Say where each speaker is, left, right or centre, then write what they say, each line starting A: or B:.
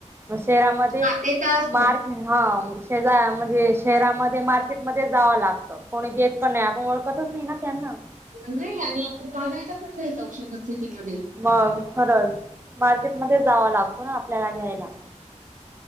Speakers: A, on the right; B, on the right.
A: मग शेरामध्ये
B: हा ते तर असतं.
A: हा शेज म्हणजे शेरामध्ये मार्केटमध्ये जावं लागतं कोणी देत पण नाही आपण ओळखतच नाही ना त्यांना
B: नाही आणि आपण मागायला पण नाही जाऊ शकत सिटीमध्येध्ये
A: मग खरंच मार्केटमध्ये जावा लागतो ना आपल्याला घ्यायला